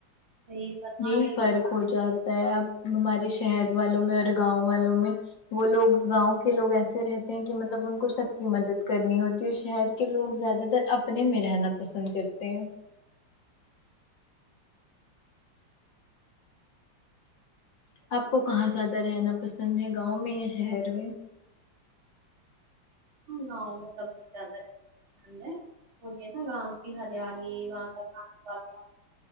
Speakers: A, on the right; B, on the left.
A: صحیح فرما
B: یہی
A: رہی
B: فرق ہو جاتا ہے اب ہمارے شہر والوں میں اور گاؤں والوں میں وہ لوگ گاؤں کے لوگ ایسے رہتے ہیں کی مطلب ان کو سب کی مدد کرنی ہوتی ہے اور شہر کہ لوگ زیادہ تر اپنے میں رہنا پسند کرتے ہیں آپ کو کہاں زیادہ رہنا پسند ہے گاؤں میں یا شہر میں
A: گاؤں میں سب سے زیادہ رہنا <unintelligible> پسند ہے مجھے نا گاؤں کی ہریالی وہاں کا <unintelligible>